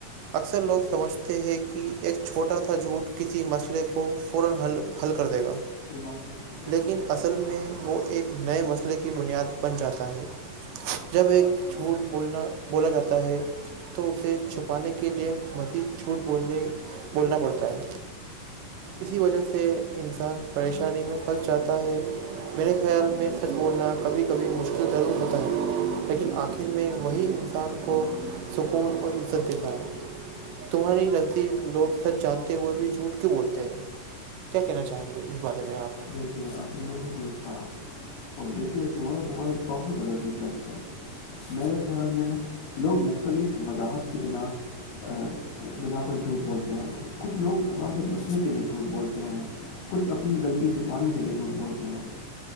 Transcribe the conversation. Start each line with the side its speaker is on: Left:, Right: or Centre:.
Right: اکثر لوگ سمجھتے ہیں کہ ایک چھوٹا تھا جھوٹ کسی مسلے کو فور حل حل کر دے گا
Left: یہ بات سن
Right: لیکن اصل میں وہ ایک نئے مسئلے کی بنیاد بن جاتا ہے جب ایک جھوٹ بولنا بولا جاتا ہے تو اسے چھپانے کے لیے مزید چھوٹ بولنے بولنا پڑتا ہے اسی وجہ سے انسان پریشانی میں پھنس جاتا ہے میرے خیال میں سچ بولنا کبھی کبھی مشکل ضرور ہوتا ہے لیکن آخر میں وہی انسان کو سکون اور عزت دیتا ہے تمہاری نزدیک لوگ سچ جانتے ہوئے بھی جو چھوٹ کے بولتے ہیں کیا کہنا چاہیں گے اس بارے میں آپ
Left: اپنے لوگوں دوست کہا اور دیکھیے تمہارا سوال بہت زیادہ دلچسپ ہے میرے خیال میں لوگ مختلف وضاحت کی بنا ا بنا پر جھوٹ بولتے ہیں کچھ لوگ سزا سے بچنے کے لیے جھوٹ بولتے ہیں کچھ اپنی غلطی چھپانے کے لئے جھوٹ بولتے ہیں